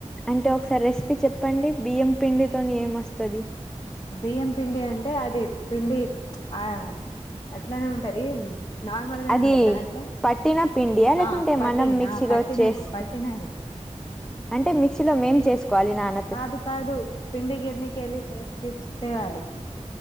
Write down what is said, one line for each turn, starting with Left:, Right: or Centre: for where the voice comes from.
Centre: అంటే ఒకసారి రెసిపీ చెప్పండి బియ్యం పిండి తోని ఏం వస్తది?
Left: బియ్యం పిండి అంటే అది పిండి ఆ అట్లానే ఉంటది. నార్మల్ గానే
Centre: అది
Left: ఉంటది దాంట్లో
Centre: పట్టిన పిండియా లేకుంటే
Left: ఆ పట్టిని
Centre: మనం మిక్సీలో
Left: ఆ పట్టినది
Centre: చేసుకో
Left: పట్టినది
Centre: అంటే మిక్సీలో మేం చేసుకోవాలి నాన్
Left: కాదు కాదు పిండి గిన్నెకి వెళ్ళి చేసుకిచ్చే తేవాలి.